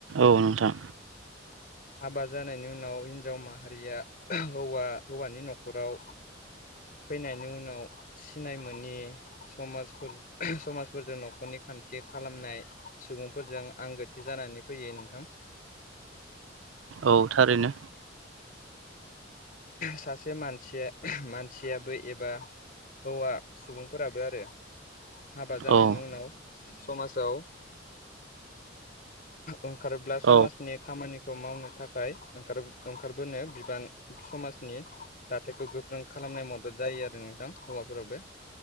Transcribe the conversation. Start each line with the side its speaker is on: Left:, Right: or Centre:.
Right: औ नोंथां
Left: हाबा जानायनि उनाव हिन्जाव माहारिया हौवा हौवानि न'खराव फैनायनि उनाव सिनाय मोनि समाजफोर समाजफोरजों न'खरनि खान्थि खालामनाय सुबुंफोरजों आंगोथि जानानै फैयो नोंथां
Right: औ थारैनो
Left: सासे मानसिया मानसियाबो एबा हौवा सुबुंफोराबो आरो हाबा जानायनि
Right: औ
Left: उनाव समाजाव ओंखारोब्ला समाजनि
Right: औ
Left: खामानि खौ मावनो थाखाय ओंखार-ओंखारबोनो बिबान समाजनि दाथायखौ गोख्रों खालामनाय मदद जायो आरो नोंथां हौवाफोराबो